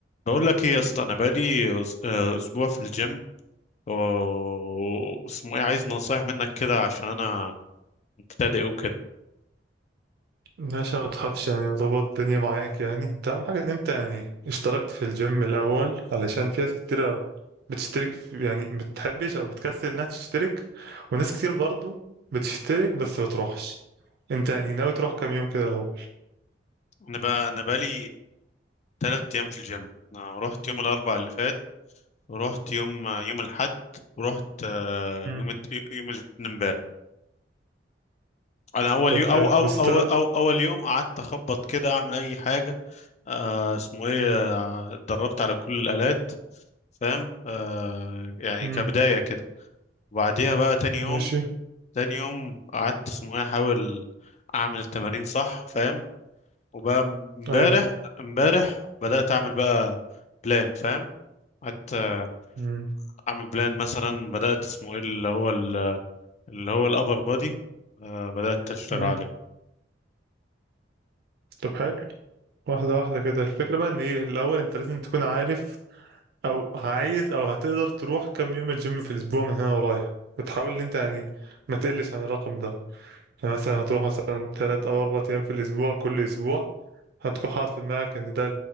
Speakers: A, on the left; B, on the right.
A: بقول لك ايه يا اسطى انا بقالي أس- آه، اسبوع في الجيم و- واسمه ايه عايز نصايح منك كده عشان انا مبتدئ وكده
B: باشا ما تخافش يعني نظبط الدنيا معاك يعني انت اهم حاجة ان انت يعني اشتركت في الجيم الاول علشان في ناس كتيرة بتشترك في يعني بتحبش او بتكسل انها تشترك وناس كتير برضو بتشترك بس ما بتروحش انت يعني ناوي تروح كام يوم كده الاول
A: انا بقى انا بقالي ثلاث ايام في الجيم انا رحت يوم الاربعاء اللي فات ورحت يوم آه، يوم الاحد ورحت آه،
B: امم
A: يوم الت- يوم الاثنين امبارح انا اول
B: طب
A: يوم
B: حلو
A: أو أو,
B: بس
A: او
B: ده
A: او اول يوم قعدت اخبط كده اعمل اي حاجه آه، اسمه ايه آه، اتدربت على كل الالات فاهم آه، يعني
B: امم
A: كبدايه كده وبعديها بقى تاني يوم
B: ماشي
A: تاني يوم قعدت اسمه إيه، احاول اعمل التمارين صح فاهم وبقى امبارح
B: ايوه
A: امبارح بدأت اعمل بقى بلان فاهم قعدت آه،
B: امم
A: اعمل بلان مثلا بدأت اسمه ايه اللي هو ال- اللي هو الابر بودي بدأت اشتغل
B: امم
A: عليه
B: طب حلو واحدة واحدة كده الفكرة بقى ان ايه الاول انت لازم تكون عارف او عايز او هتقدر تروح كام يوم الجيم في الاسبوع من هنا ورايح وتحاول ان انت يعني ما تقلش عن الرقم ده يعني مثلا هتروح مثلا ثلاث او اربع ايام في الاسبوع كل اسبوع هتكون حاطط في دماغك ان ده